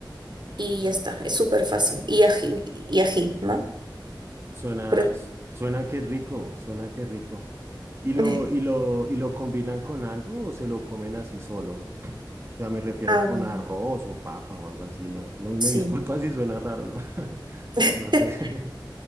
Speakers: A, on the right; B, on the right.
A: y ya está, es súper fácil. Y ají, y ají, ¿no?
B: Suena,
A: Pero-
B: suena que rico, suena que rico. ¿Y lo,
A: <laughs>
B: y lo, y lo combinan con algo o se lo comen así solo? O sea, me refiero
A: ah,
B: con
A: bueno,
B: arroz o papa o algo así, ¿no? No me
A: sí.
B: disculpa si suena raro, ¿no? <laughs>
A: <laughs>
B: No sé,